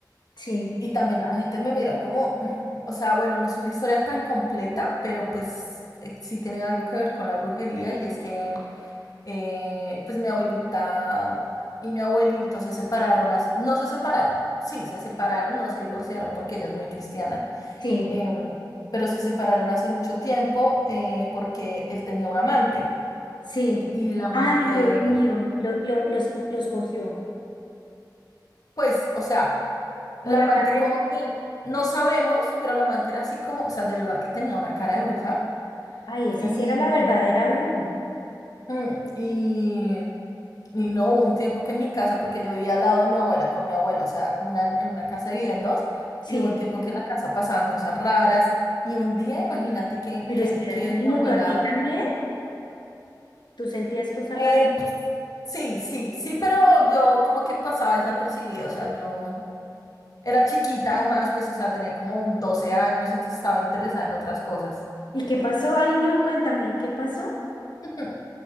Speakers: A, on the left; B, on the left.
A: Sí,
B: y también la gente me mira como, <clears throat> o sea, bueno, no es una historia tan completa, pero pues eh, sí tiene algo que ver con la brujería y es que eh, pues mi abuelita y mi abuelito se separaron, hace- no se separaron, sí, se separaron, no se divorciaron porque ella es muy cristiana.
A: sí,
B: em, pero se separaron hace mucho tiempo eh, porque él tenía un amante
A: sí.
B: y la amante,
A: Ay, Dios mío, lo, lo- los, co- los cogió.
B: pues, o sea, la
A: O la
B: amante
A: amante
B: como
A: fue,
B: que no sabemos, pero la amante era así como, o sea, de verdad que tenía una cara de bruja
A: ay, esa
B: y,
A: sí era la verdadera bruja.
B: mm, y, y no hubo un tiempo que en mi casa, porque yo vivía al lado de mi abuela con mi abuela, o sea, como una- en una casa vivían dos.
A: Sí,
B: Y hubo un tiempo que en la casa pasaban cosas raras. Y un día, imagínate que,
A: pero
B: que,
A: espérate
B: que
A: un
B: mi
A: minuto,
B: abuela
A: ¿a ti también? ¿Tú sentías cosas
B: Eh,
A: raras?
B: sí, sí, sí, pero yo como que pasaba desapercibida, o sea, yo era chiquita además, pues, o sea, tenía como 12 años, entonces estaba interesada en otras cosas.
A: ¿Y qué pasó? Ay, no, cuéntame, ¿y qué pasó?
B: <laughs>